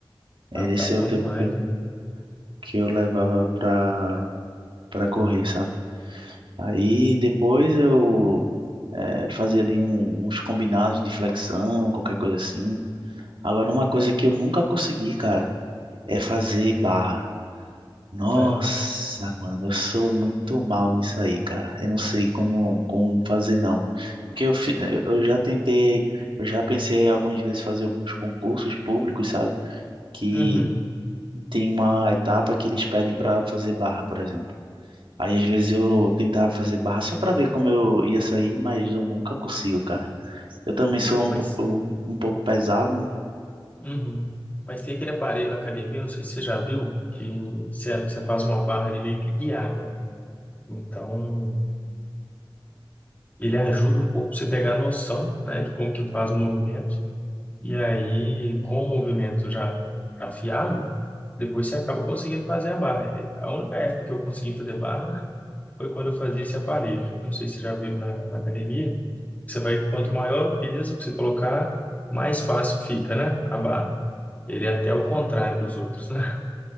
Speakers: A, on the right (about 70°); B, on the left (about 20°).
A: Era
B: Ah, tá
A: esse
B: bom
A: é o tempo
B: demais,
A: que eu,
B: né?
A: que eu levava pra, pra correr, sabe? Aí depois eu eh, fazia ali um- uns combinados de flexão, qualquer coisa assim. Agora, uma coisa que eu nunca consegui, cara, é fazer barra. Nossa,
B: É.
A: mano, eu sou muito mal nisso aí, cara. Eu não sei como, como fazer, não. Porque eu, fi- eu eu já tentei, eu já pensei algumas vezes fazer alguns concursos públicos, sabe? Que
B: Uhum.
A: tem uma etapa que eles pedem para fazer barra, por exemplo. Aí às vezes eu tentava fazer barra só para ver como eu ia sair, mas eu nunca consigo, cara. Eu também sou
B: Pô,
A: um,
B: mas,
A: po- um, um pouco pesado, né?
B: uhum. Mas tem aquele aparelho na academia, não sei se você já viu, que você você faz uma barra ali meio que guiada, né? Então, ele ajuda um pouco pra você pegar a noção, né, de como que faz o movimento. E aí, com o movimento já afiado, depois você acaba conseguindo fazer a barra. A única época que eu consegui fazer barra foi quando eu fazia esse aparelho. Não sei se vocês já viram na, na academia. Você vai, quanto maior o peso que você colocar, mais fácil fica, né, a barra. Ele é até o contrário dos outros, né?